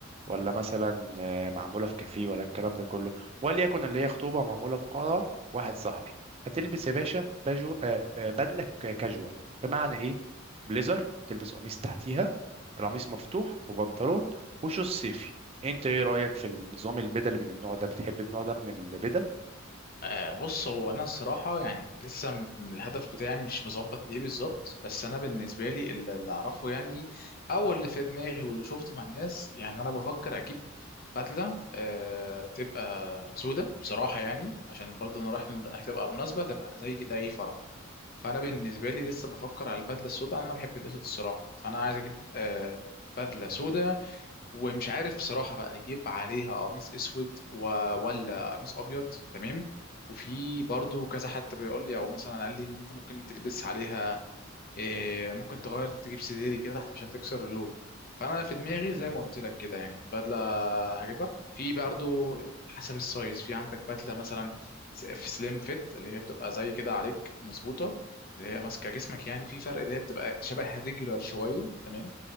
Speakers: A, on the right (about 30°); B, on the left (about 45°).
A: ولا مثلا آه، معمولة في كافيه ولا الكلام ده كله وليكن اللي هي خطوبة معمولة في قاعة واحد صاحبي هتلبس يا باشا بجو... آه، آه، بدلة ك- كاجوال بمعنى ايه بليزر تلبس قميص تحتيها القميص مفتوح وبنطلون وشوز صيفي انت ايه رأيك في النظام البدل من النوع ده بتحب النوع ده من البدل
B: آه بص هو انا الصراحه يعني لسه م- الهدف بتاعي مش مظبط ايه بالظبط بس انا بالنسبه لي اللي اللي اعرفه يعني او اللي في دماغي واللي شفته مع الناس يعني انا بفكر اجيب بدله آه تبقى سودة بصراحه يعني عشان برضه انا رايح من- هتبقى مناسبه تبقى زي كده اي فرح فانا بالنسبه لي لسه بفكر على البدله السوداء انا بحب الاسود الصراحه فانا عايز اجيب آه بدله سودة ومش عارف صراحة بقى اجيب عليها قميص اسود و... ولا قميص ابيض تمام وفي برضو كذا حد بيقول لي او مثلا قال لي ان انت ممكن تلبس عليها إيه، ممكن تغير تجيب سديري كده تحت عشان تكسر اللون فانا في دماغي زي ما قلت لك كده يعني بدله هجيبها في برضه حسب السايز في عندك بدله مثلا س- في سليم فيت اللي هي بتبقى زي كده عليك مظبوطه اللي هي ماسكه جسمك يعني في فرق اللي هي بتبقى شبه الريجولار شويه تمام